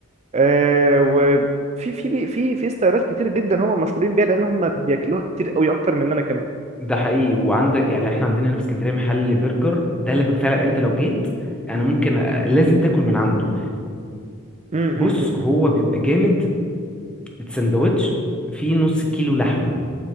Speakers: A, on the right; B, in the centre.
A: آه، وفي في في في في ستايلات كتير جدا هم مشهورين بيها لان هم بياكلوها كتير قوي اكتر مننا كمان
B: ده حقيقي وعندك يعني احنا عندنا هنا في اسكندريه محل برجر ده اللي فعلا انت لو جيت انا ممكن أ- لازم تاكل من عنده
A: مم،
B: بص
A: مم، مم،
B: هو بيبقى جامد السندوتش فيه نص كيلو لحمه